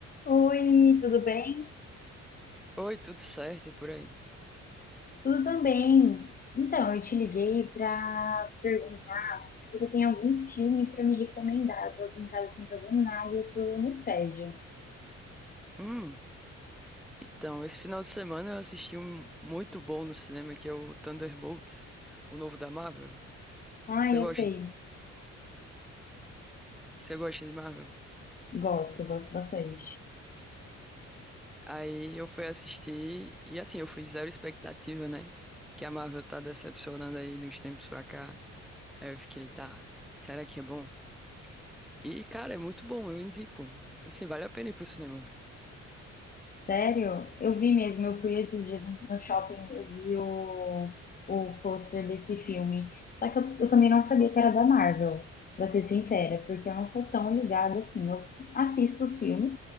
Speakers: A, on the left; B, in the centre.
A: Oi, tudo bem?
B: Oi, tudo certo e por aí?
A: Tudo também. Então, eu te liguei para perguntar se você tem algum filme para me recomendar. Eu tô aqui em casa sem fazer nada, e eu tô no tédio.
B: Hum, então, esse final de semana eu assisti um muito bom no cinema que é o Thunderbolts, o novo da Marvel.
A: Ai,
B: Você gosta?
A: eu sei.
B: Você gosta de Marvel?
A: Gosto, gosto bastante.
B: Aí eu fui assistir e assim, eu fui zero expectativa, né? Porque a Marvel tá decepcionando aí de uns tempos pra cá. Aí eu fiquei, tá, será que é bom? E, cara, é muito bom, eu indico. Assim, vale a pena ir pro cinema ver.
A: Sério? Eu vi mesmo, eu fui esses dias no no shopping, eu vi o, o pôster desse filme. Só que eu, eu também não sabia que era da Marvel, pra ser sincera, porque eu não sou tão ligada assim. Eu assisto os filmes,